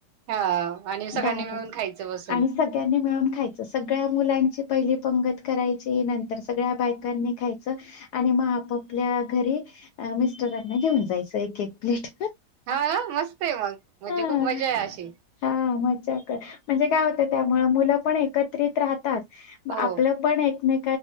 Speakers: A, on the right; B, on the left.
A: हां आणि सगळ्यांनी
B: दारात
A: मिळून खायचं बसून.
B: आणि सगळ्यांनी मिळून खायचं सगळ्या मुलांची पहिली पंगत करायची नंतर सगळ्या बायकांनी खायच आणि मग आपापल्या घरी घेऊन जायचं एक एक प्लेट
A: हा मस्त आहे मग म्हणजे
B: ह
A: खूप मजा आहे अशी
B: हा मजा कर म्हणजे काय होतं त्यामुळे मुलं पण एकत्रित राहतात
A: हो
B: आपलं पण एकमे